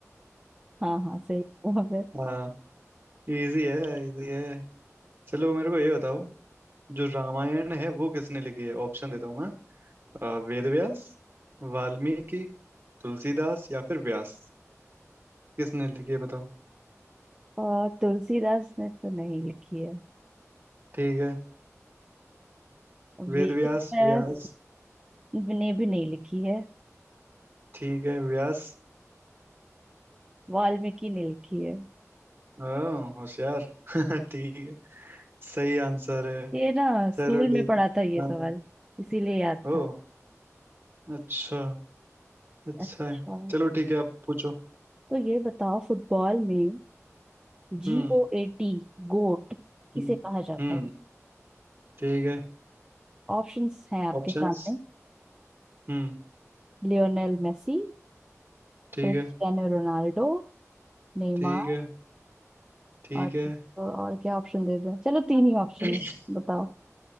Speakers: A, on the right (about 15°); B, on the right (about 45°).
A: हाँ हाँ सही जवाब है
B: हाँ इजी है इजी है चलो मेरे को ये बताओ जो रामायण है वो किसने लिखी है ऑप्शन देता हूँ मैं अ, वेद व्यास वाल्मीकि तुलसीदास या फिर व्यास किसने लिखी है बताओ
A: और तुलसीदास ने तो नहीं लिखी है
B: ठीक है वेद
A: वेद
B: व्यास
A: व्यास
B: व्यास
A: ने भी नहीं लिखी है
B: ठीक है व्यास
A: वाल्मीकि ने लिखी है
B: ओ होशियार <laughs> ठीक है सही आंसर है
A: ये ना स्कूल
B: चलो ठीक
A: में पढ़ा
B: है
A: था ये
B: हाँ
A: सवाल इसीलिए याद
B: ओ
A: था
B: अच्छा अच्छा
A: अच्छा
B: है चलो ठीक है आप पूछो
A: तो ये बताओ फुटबॉल में जी
B: हम्म
A: ओ ए टी गोट किसे
B: हम्म
A: कहा जाता
B: हम्म
A: है
B: ठीक है
A: ऑप्शंस हैं आपके
B: ऑप्शंस
A: सामने
B: हम्म
A: Lionel Messi
B: ठीक
A: Cristiano
B: है
A: Ronaldo Neymar
B: ठीक है ठीक
A: और
B: है
A: और क्या ऑप्शन दे दें चलो तीन ही ऑप्शन
B: <laughs>
A: है बताओ